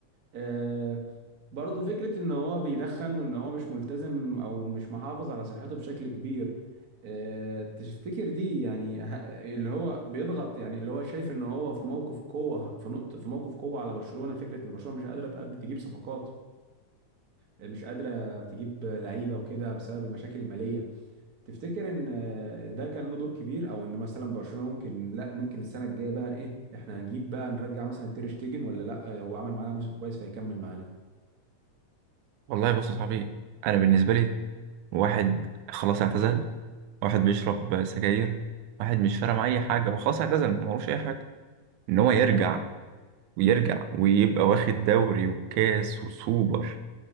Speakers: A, on the right; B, on the right.
A: آه، برضه فكره ان هو بيدخن وان هو مش ملتزم او مش محافظ على صحته بشكل كبير آه، تفتكر دي يعني ه- اللي هو بيضغط يعني اللي هو شايف ان هو في موقف قوه في نقطه في موقف قوه على برشلونه فكره ان برشلونه مش قادره تأدي تجيب صفقات مش قادره تجيب لعيبه وكده بسبب المشاكل الماليه تفتكر ان آه، ده كان له دور كبير او ان مثلا برشلونه ممكن لا ممكن السنه الجايه بقى ايه احنا هنجيب بقى نرجع مثلا تير شتيجن ولا لا آه، هو عمل معانا موسم كويس فيكمل معانا
B: والله بص يا صاحبي انا بالنسبه لي واحد خلاص اعتزل واحد بيشرب سجاير واحد مش فارق معاه اي حاجه هو خلاص اعتزل معهوش اي حاجه ان هو يرجع
A: تمام
B: ويرجع ويبقى واخد دوري وكاس وسوبر